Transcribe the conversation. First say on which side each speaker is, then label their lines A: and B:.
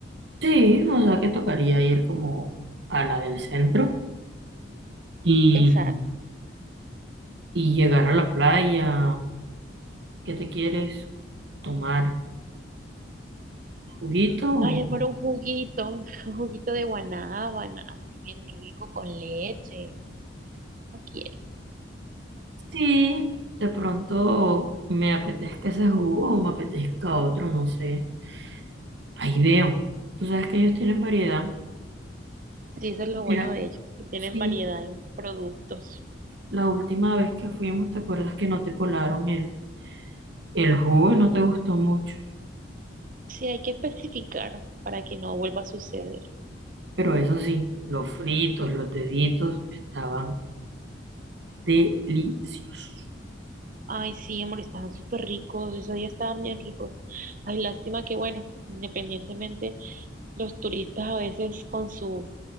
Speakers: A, on the right; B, on the right.
A: Sí, o sea que tocaría ir como a la del centro y,
B: Exacto.
A: y llegar a la playa. ¿Qué te quieres tomar? ¿Juguito? o-
B: Ay, amor, un juguito, un, <laughs> un juguito de guanábana, así bien rico con leche. ¿No quieres?
A: Sí, de pronto me apetezca ese jugo o me apetezca otro, no sé. Ahí veo. Tú sabes que ellos tienen variedad.
B: Sí, eso es lo bueno
A: Mira,
B: de ellos, que tienen
A: sí,
B: variedad en productos.
A: la última vez que fuimos, ¿te acuerdas que no te colaron el, el jugo y no te gustó mucho?
B: Sí, hay que especificar para que no vuelva a suceder.
A: Pero eso sí, los fritos, los deditos estaban deliciosos.
B: Ay, sí, amor, estaban súper ricos, esos días estaban bien ricos. Ay, lástima que, bueno, independientemente, los turistas a veces con su,